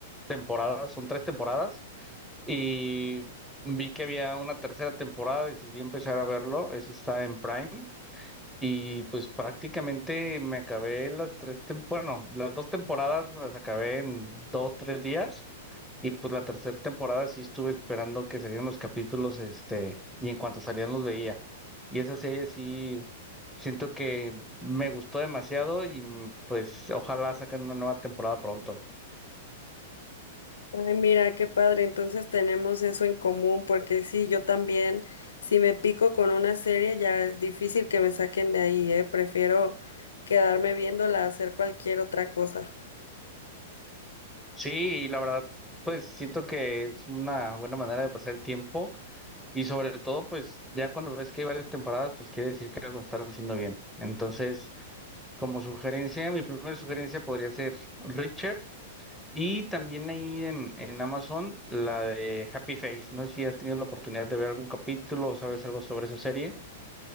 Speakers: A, in the centre; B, on the left (about 65°).
A: temporadas, son tres temporadas, y vi que había una tercera temporada, decidí empezar a verlo. Ese está en Prime. Y pues prácticamente me acabé las tres, tem- bueno, las dos temporadas me las acabé en dos, tres días. Y pues la tercera temporada sí estuve esperando que salieran los capítulos, este, y en cuanto salían los veía. Y esa serie sí. Siento que me gustó demasiado y mm, pues ojalá saquen una nueva temporada pronto.
B: Ay, mira, qué padre, entonces tenemos eso en común, porque sí, yo también, si me pico con una serie, ya es difícil que me saquen de ahí, ¿eh? Prefiero quedarme viéndola, hacer cualquier otra cosa.
A: Sí, y la verdad, pues siento que es una buena manera de pasar el tiempo y sobre todo, pues ya cuando ves que hay varias temporadas, pues quiere decir que algo están haciendo bien. Entonces, como sugerencia, mi primera sugerencia podría ser Richard y también ahí en, en Amazon la de Happy Face. No sé si has tenido la oportunidad de ver algún capítulo o sabes algo sobre esa serie.